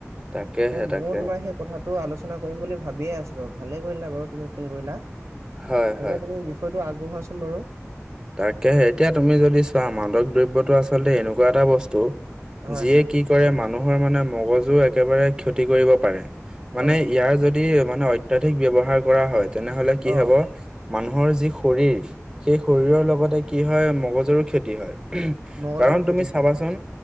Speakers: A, on the right (about 15°); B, on the right (about 75°).
A: তাকেহে,
B: তাকে মউ
A: তাকেহে,
B: তোমাৰ সেই কথাত টো আলোচনা কৰিম বুলি ভাবিয়ে আছিলোঁ ভালে কৰিলা বাৰু তুমি ফোন কৰিলা।
A: হয়,
B: তাকে
A: হয়।
B: তুমি বি ষয়টো আগবঢ়োৱাচোন বাৰু
A: তাকেহে এতিয়া তুমি যদি চোৱা মাদক দ্ৰব্যটো আচলতে এনেকুৱা এটা বস্তু
B: হয়
A: যিয়ে
B: হয়
A: কি কৰে মানুহৰ মানে মগজু একেবাৰে ক্ষতি কৰিব পাৰে মানে
B: অ'।
A: ইয়াৰ য দি মানে অত্যাধিক ব্যয়ৱহাৰ কৰা হয় তেনেহলে কি
B: অ'
A: হব মানুহৰ যি শৰীৰ সেই শৰীৰৰ লগতে কি হয় মগজৰো ক্ষতি হয়
B: মগজুৰ
A: কাৰণ
B: ক্ষতি
A: তুমি চাবাচোন
B: হয় হয়